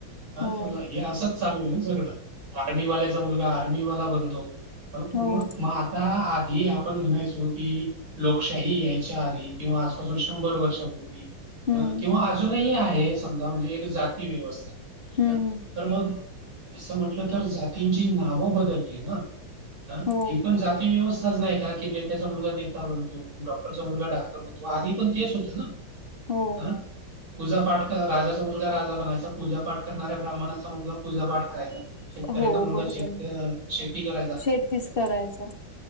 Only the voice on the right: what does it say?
अ
हे असं चालू हाय ना सगळं. आर्मीवाल्याचा मुलगा आर्मीवाला बनतो. ह म
म - पाहा आधी आपण म्हणायचो की लोकशाही यायच्या आधी किंवा आजपासून शंभर वर्षापूर्वी
अ किंवा अजूनही आहे समजा म्हणजे एक जाती व्यवस्था.
ह तर मग? तसं म्हटलं तर जातींची नावं बदलली ना? अ
ही पण जाती व्यवस्थाच नाही कार की नेत्याचा मुलगा नेता बनतो. डॉक्टरचा मुलगा डॉक्टर बनतो. आधी पण तेच होतं ना?
आ पूजापाठ राजाचा मुलगा राजा बनायचा. पूजापाठ करणाऱ्या ब्राह्मणाचा मुलगा पूजापाठ करायचा शेतकऱ्याचा
मुलगा
शेतका
शेती करायचा.